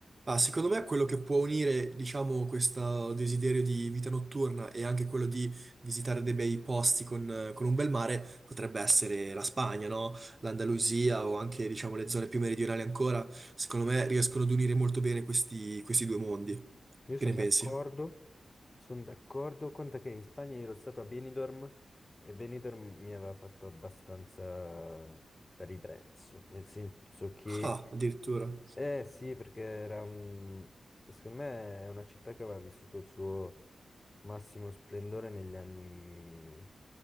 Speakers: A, on the right; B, on the left.
A: Ah, secondo me quello che può unire, diciamo, questo desiderio di vita notturna e anche quello di visitare dei bei posti con, eh, con un bel mare potrebbe essere la Spagna, no? L'Andalusia o anche, diciamo, le zone più meridionali ancora. Secondo me riescono ad unire molto bene questi, questi due mondi.
B: Io
A: Che
B: sono
A: ne pensi?
B: d'accordo, sono d'accordo, conta che in Spagna io ero stato a Benidorm e Benidorm mi aveva fatto abbastanza ribrezzo, nel senso che
A: Ah, addirittura.
B: Eh sì, perché era un... secondo me è una città che aveva vissuto il suo massimo splendore negli anni